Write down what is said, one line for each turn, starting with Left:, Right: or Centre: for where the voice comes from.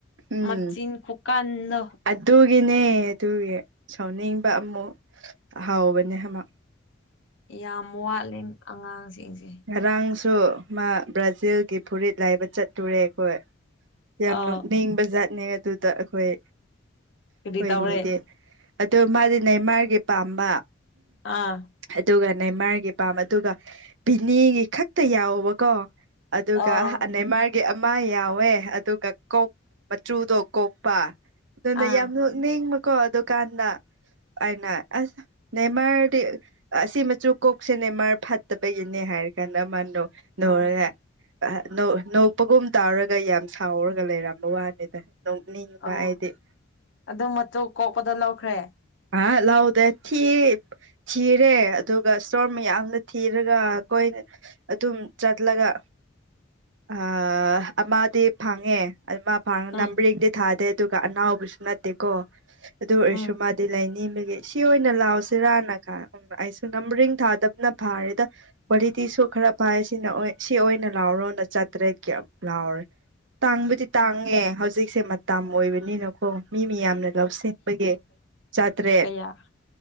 Right: ꯎꯝ
Left: ꯃꯆꯤꯟ ꯈꯨ ꯀꯟꯗ‌ꯣ
Right: ꯑꯗꯨꯒꯤꯅꯦ ꯑꯗꯨꯒꯤ ꯁꯥꯎꯅꯤꯡꯕ ꯑꯃꯨꯛ ꯫ ꯍꯥꯎꯕꯅꯦ ꯍꯃꯥ
Left: ꯌꯥꯝ ꯋꯥꯠꯂꯦ ꯑꯉꯥꯡꯁꯤꯡꯁꯦ ꯫
Right: ꯉꯔꯥꯡꯁꯨ ꯃꯥ ꯕ꯭ꯔꯥꯖꯤꯜꯒꯤ ꯐꯨꯔꯤꯠ ꯂꯩꯕ ꯆꯠꯂꯨꯔꯦ ꯈꯣꯏ ꯫ ꯌꯥꯝ
Left: ꯑꯥ
Right: ꯅꯣꯛꯅꯤꯡꯕ ꯖꯥꯠꯅꯦ ꯑꯗꯨꯗ ꯑꯩꯈꯣꯏ ꯑꯩꯈꯣꯏꯅꯤꯗꯦ
Left: ꯀꯔꯤ ꯇꯧꯔꯦ
Right: ꯑꯗꯨ ꯃꯥꯗꯤ ꯅꯦꯃꯥꯔꯒꯤ ꯄꯥꯝꯕ
Left: ꯑꯥ
Right: ꯑꯗꯨꯒ ꯅꯦꯃꯥꯔꯒꯤ ꯄꯥꯝ ꯑꯗꯨꯒ ꯚꯤꯅꯤꯒꯤ ꯈꯛꯇ ꯌꯥꯎꯕꯀꯣ ꯫ ꯑꯗꯨꯒ
Left: ꯑꯥ
Right: ꯑ ꯅꯦꯃꯥꯔ ꯒꯤ ꯑꯃ ꯌꯥꯎꯋꯦ ꯑꯗꯨꯒ ꯀꯣꯛ ꯃꯆꯨꯗꯣ ꯀꯣꯛꯄ ꯑꯗꯨꯅ
Left: ꯑꯥ
Right: ꯌꯥꯝ ꯅ‌ꯣꯛ ꯅꯤꯡꯕꯀꯣ ꯑꯗꯨꯀꯥꯟꯗ ꯑꯩꯅ ꯑꯁ ꯅꯦꯃꯥꯔꯗꯤ ꯑꯁꯤ ꯃꯆꯨ ꯀꯣꯛꯁꯦ ꯅꯦꯃꯥꯔ ꯐꯠꯇ ꯕꯒꯤꯅꯦ ꯍꯥꯏꯔ ꯀꯥꯟꯗ ꯃꯥꯅ ꯅꯣꯛꯔꯒ
Left: ꯑꯥ
Right: ꯅ‌ꯣꯛ ꯅꯣꯛꯄꯒꯨꯝ ꯇꯧꯔꯒ ꯌꯥꯝ ꯁꯥꯎꯔꯒ ꯂꯩꯔꯝꯕ ꯋꯥꯅꯤꯗ ꯫ ꯅꯣꯛꯅꯤꯡꯕ
Left: ꯑꯣ
Right: ꯑꯩꯗꯤ ꯫
Left: ꯑꯗꯨ ꯃꯆꯨ ꯀꯣꯛꯄꯗꯣ ꯂꯧꯈ꯭ꯔꯦ ꯫
Right: ꯑꯥ ꯂꯧꯗꯦ ꯊꯤ ꯊꯤꯔꯦ ꯑꯗꯨꯒ ꯏꯁꯇꯣꯔ ꯃꯌꯥꯝꯗ ꯊꯤꯔꯒ ꯑꯩꯈꯣꯏ ꯑꯗꯨꯝ ꯆꯠꯂꯒ ꯑꯥ ꯑꯃꯗꯤ ꯐꯪꯉꯦ ꯫ ꯑꯗꯨ ꯃꯥ ꯐꯪꯉ
Left: ꯎꯝ
Right: ꯅꯝꯕ꯭ꯔꯤꯡꯗꯤ ꯊꯥꯗꯦ ꯑꯗꯨꯒ ꯑꯅꯥꯎꯕꯁꯨ ꯅꯠꯇꯦꯀꯣ ꯑꯗꯨ ꯑꯣꯏꯔꯁꯨ
Left: ꯎꯝ
Right: ꯃꯥ ꯗꯤ ꯂꯩꯅꯤꯡꯕꯒꯤ ꯁꯤ ꯑꯣꯏꯅ ꯂꯥꯎꯁꯤꯔꯥꯅ ꯀꯥ ꯍꯪꯕ ꯑꯩꯁꯨ ꯅꯝꯕ꯭ꯔꯤꯡ ꯊꯥꯗꯕꯅ ꯐꯥꯔꯦꯗ ꯫ ꯀ꯭ꯋꯥꯂꯤꯇꯤꯁꯨ ꯈꯔ ꯐꯥꯏ ꯁꯤꯅ ꯑ‌ꯣꯏ ꯁꯤ ꯑꯣꯏꯅ ꯂꯥꯎꯔꯣꯅ ꯆꯥꯇ꯭ꯔꯦꯠꯀꯤ ꯂꯧꯔꯦ ꯫ ꯇꯥꯡꯕꯗꯤ ꯇꯥꯡꯉꯦ ꯍꯧꯖꯤꯛꯁꯦ ꯃꯇꯝ ꯑꯣꯏꯕꯅꯤꯅꯀꯣ ꯃꯤ ꯃꯤꯌꯥꯝꯅ ꯂꯧꯁꯤꯟꯕꯒꯤ ꯫ ꯆꯥꯇ꯭ꯔꯦꯠ
Left: ꯌꯥ